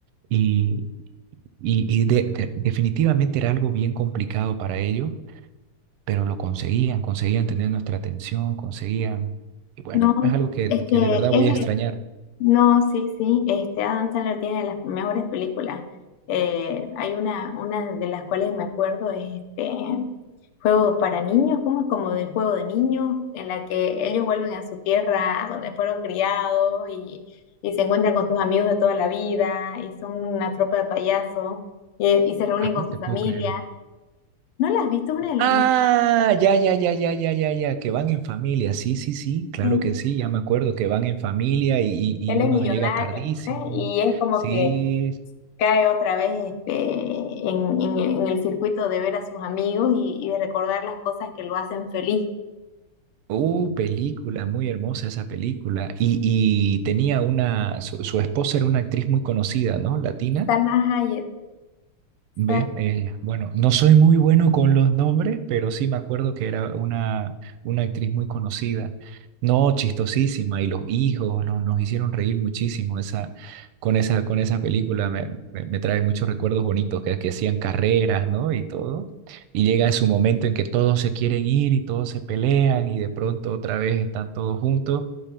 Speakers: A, on the right; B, on the left.
A: y, y, y de- de- definitivamente era algo bien complicado para ellos pero lo conseguían, conseguían tener nuestra atención, conseguían... Y bueno,
B: No,
A: es algo que,
B: es
A: que
B: que
A: de verdad
B: es,
A: voy a extrañar.
B: no, sí, sí, este Adam Sandler tiene las mejores películas. Eh, hay una, una de las cuales me acuerdo es este juego para niños, ¿cómo es? Como del juego de niños, en la que ellos vuelven a su tierra donde fueron criados y, y se encuentran con sus amigos de toda la vida y son una tropa de payasos y, y se reúnen
A: Ah,
B: con
A: no te
B: su familia
A: puedo creer.
B: ¿No la has visto una de las
A: Ah,
B: más?
A: ya, ya, ya, ya, ya, ya, ya, que van en familia, sí, sí, sí, claro
B: Sí,
A: que sí, ya me acuerdo que van en familia y, y,
B: él
A: y uno
B: es millonario,
A: llega tardísimo,
B: ¿no? ¿Eh? Y es como
A: sí,
B: que cae otra vez este, en, en- en el circuito de ver a sus amigos y, y de recordar las cosas que lo hacen feliz.
A: uh, película, muy hermosa esa película, y, y tenía una, su, su esposa era una actriz muy conocida, ¿no? Latina.
B: Salma Hayek,
A: Ve,
B: Salma
A: eh, bueno, no soy muy bueno con los nombres, pero sí me acuerdo que era una, una actriz muy conocida, no chistosísima, y los hijos no- nos hicieron reír muchísimo esa, con esa, con esa película, me, me- me trae muchos recuerdos bonitos, que, que hacían carreras, ¿no? Y todo, y llega su momento en que todos se quieren ir y todos se pelean y de pronto otra vez están todos juntos